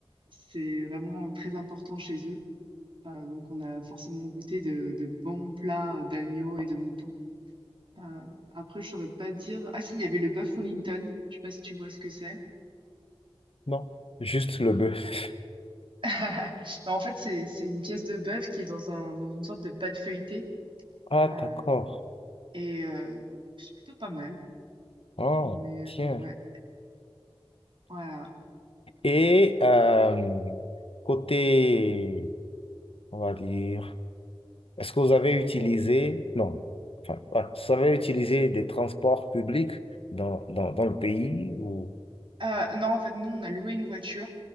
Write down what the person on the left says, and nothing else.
Non, juste le bœuf.
Ah, d'accord.
Oh,
tiens.
Et euh, côté, on va dire, est-ce que vous avez utilisé, non, enfin, ouais, vous avez utilisé des transports publics dans, dans, dans le pays ou...